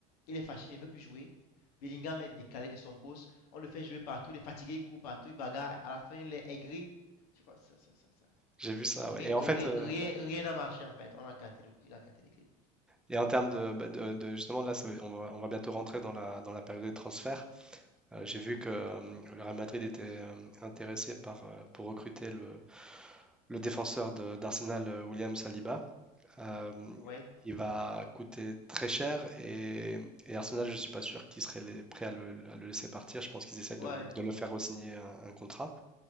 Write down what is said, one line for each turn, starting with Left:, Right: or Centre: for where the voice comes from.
Left: Il est fâché, il ne veut plus jouer. Bellingham est décalé de son poste. On le fait jouer partout. Il est fatigué, il court partout, il bagarre. À la fin, il est aigri. Tu vois, ça, ça, ça, ça.
Centre: J'ai vu ça,
Left: Rien
Centre: ouais. Et en fait, euh,
Left: rien- n'a marché en fait. On a gâté le, clip. il a gâté l'équipe.
Centre: et en termes de, bah, de- de- justement là, ça va- on va, on va bientôt rentrer dans la, dans la période de transfert. Euh,
Left: Uh-huh.
Centre: j'ai vu que euh, le Real Madrid était euh, intéressé par, euh, pour recruter le, le défenseur de- d'Arsenal, euh, William Saliba. Euh,
Left: Ouais.
Centre: il va coûter très cher et, et Arsenal, je ne suis pas sûr qu'ils seraient les- prêts à le, à le laisser partir. Je pense qu'ils essaient de,
Left: Ouais.
Centre: le de le faire re-signer un, un contrat.